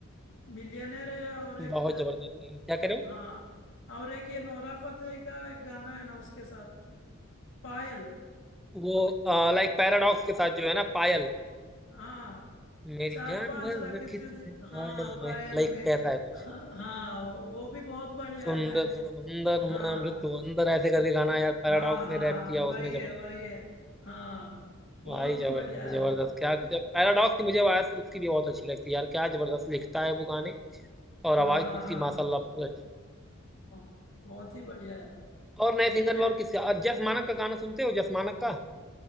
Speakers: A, on the left (about 60°); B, in the centre.
A: मिलियनेर है और
B: बहुत
A: एक
B: जबरदस्त है क्या करे
A: हाँ और एक ये नोरा फतेही का एक गाना है ना उसके साथ पायल
B: वो लाइक पैराडॉक्स के साथ जो है ना पायल
A: हाँ
B: मेरी
A: चार
B: जान
A: पांच
B: भर
A: रखे
B: रखी
A: थे
B: तूने
A: जी।
B: ख्याल
A: हाँ पायल
B: में लाइक
A: में
B: कैसा है कुछ
A: हाँ हाँ वो भी बहुत बढ़िया
B: सुंदर
A: है मैं
B: समंदर
A: हाँ
B: में जो तू अंदर ऐसे करके गाना यार पैराडॉक्स
A: हाँ हाँ
B: ने रैप किया
A: वही
B: उसमें जबरदस्त
A: है वही है हाँ बहुत
B: भाई
A: ही
B: जबरदस्त
A: बढ़िया
B: जबरदस्त
A: है
B: क्या गजब पैराडॉक्स की मुझे आवाज उसकी भी बहुत अच्छी लगती है यार क्या जबरदस्त लिखता है वो गाने और
A: हाँ
B: आवाज
A: हाँ
B: तो
A: हाँ
B: उसकी माशाल्लाह बहुत अच्छी
A: हाँ, बहुत ही बढ़िया है
B: है और नए सिंगर
A: मैं
B: में और किसका और जस मानक का गाना सुनते हो जस मानक का